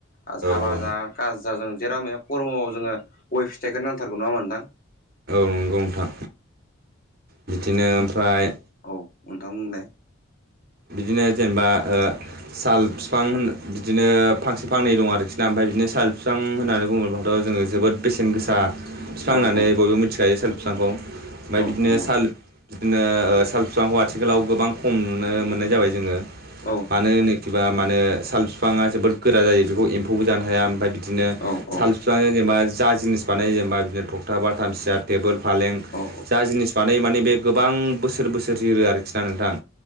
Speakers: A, on the right (about 50°); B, on the left (about 45°).
A: औ
B: हाबा
A: औ
B: जा गाज जा जों? जेराव मेराव खर्म'आव जोङो गय फिथाइखौनो नांथारगौ नङा होनबा नोंथां
A: औ नंगौ नोंथां बिदिनो ओमफ्राय
B: औ नोंथां बुंलाय
A: बिदिनो जेनेबा ओ साल फिफां होन बिदिनो फांसे फांनै दं आरोखि ना ओमफ्राय बिदिनो साल फिफां होननानै बुंङोब्लाथ' जोङो जोबोद बेसेन गोसा बिफां
B: बुं औ नोंथां बुंलाय औ
A: होननानै
B: औ
A: बयबो मिथिखायो साल फिफांखौ ओमफफ्राय
B: औ
A: बिदिनो
B: नंगौ
A: साल बिदिनो साल फिफांखौ आथिखालाव गोबां खम नुनो मोननाय जाबाय जोङो।
B: औ।
A: मानो होनखिबा माने साल फिफाङा जोबोद गोरा जायो बेखौ एम्फौबो जानो हाया ओमफफ्राय। बिदिनो
B: औ औ
A: साल फिफां जेनेबा जा जिनिस बानायो जेनेबा बिदिनो थखथाब बाथा सियार टेबोल फालें
B: औ
A: जा जिनिस बानाय माने बे गोबां बोसोर बोसोर जिरो आरोखि ना नोंथां।